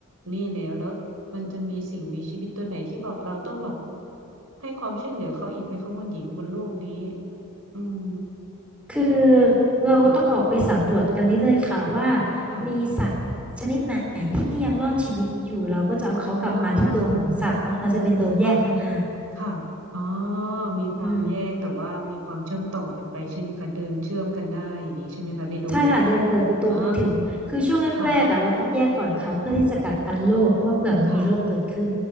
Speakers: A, on the right; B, in the centre.
A: นี่แล้วแล้วมันจะมีสิ่งมีชีวิตตัวไหนที่แบบเราต้องแบบให้ความช่วยเหลือเขาอีกไหมคะคุณหญิงบนโลกนี้อืม
B: คือเราก็ต้องออกไปสำรวจกันเรื่อยๆค่ะว่า
A: ค่ะค่ะ
B: มีสัตว์ชนิดไหนที่ยังรอดชีวิตอยู่เราก็จะเอาเขากลับมาที่โดมของสัตว์เนาะเราจะเป็นโดมแยกต่างหาก
A: อ่าค่ะค่ะอ๋อมีความแยกแต่ว่ามีความเชื่อมต่อกันไปใช่ไหมคะเดินเชื่อมกันได้อย่างนี้ใช่ไหมคะในโดมนั้น
B: อืมใช่ค่ะเดินเปิดประตูไปถึงคือช่วงแรกๆอ่ะเราต้องแยกก่อนค่ะเพื่อที่จะกักกันโรคเพราะว่าเผื่อมันมีโรคเกิดขึ้น
A: อ่าค่ะค่ะ